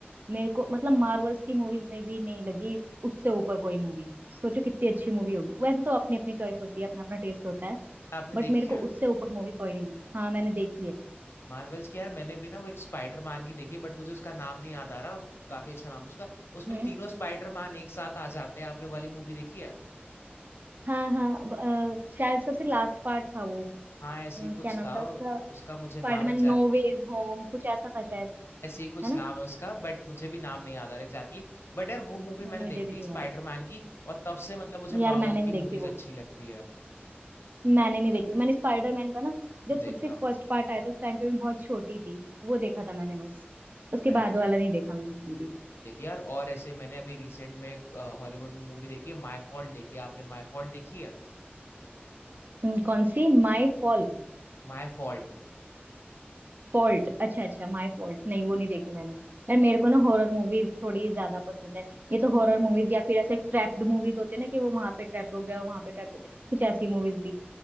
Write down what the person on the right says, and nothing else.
मेरे को मतलब मार्वल्स की मूवीज में भी नहीं लगी इस- उससे ऊपर कोई मूवी सोचो कितनी अच्छी मूवी होगी वैसे तो अपनी अपनी चॉइस होती है अपना अपना टेस्ट होता है
बट मेरे
को उससे ऊपर मूवी कोई नहीं लगी हाँ मैंने देखी है
हम्म
हाँ हाँ अ, शायद सबसे लास्ट पार्ट था वो
अ,
क्या नाम
था उसका
स्पाइडरमैन
नो वेज होम कुछ ऐसा था शायद
है ना
मुझे
भी नहीं
याद
है यार
मैंने नहीं
देखी
वो
मैंने नहीं देखी मैंने स्पाइडरमैन का ना
जब सबसे
फर्स्ट पार्ट आया था उस टाइम पे मैं बहुत छोटी थी वो देखा था मैंने बस उसके
बाद वाला नहीं देखा मैंने कभी भी
हम्म, कौन सी माई फॉल
फॉल्ट अच्छा अच्छा माई फॉल्ट नहीं वो नहीं देखी मैंने यार मेरे को ना हॉरर मूवीज थोड़ी ज्यादा पसंद है ये तो हॉरर मूवीज या फिर ऐसे ट्रैप्ड मूवीज होते हैं ना कि वो वहां पे ट्रैप हो गया वहां पे ट्रैप हो गया कुछ ऐसी मूवीज भी